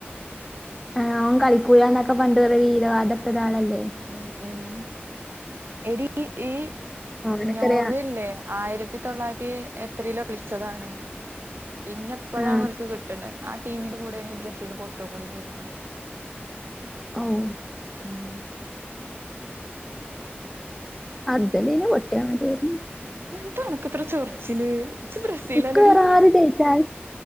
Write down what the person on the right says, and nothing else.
ഉം ഉം എടി ഈ
നോർവേ
ഇല്ലേ. ആയിരത്തി തൊള്ളായിരത്തി എത്രയിലോ കളിച്ചതാണ്. പിന്നെ എപ്പോഴാണ്
ഇവർക്ക് കിട്ടണെ. ആ ടീമിന്റെ കൂടെയാണ് ഈ ബ്രസീൽ പൊട്ടും കൂടി ചെയ്തക്കണ്.
ഉം ഉം..
എന്താ അനക്കിത്ര ചൊറിച്ചില്. ഇജ്ജ് ബ്രസീലല്ലടി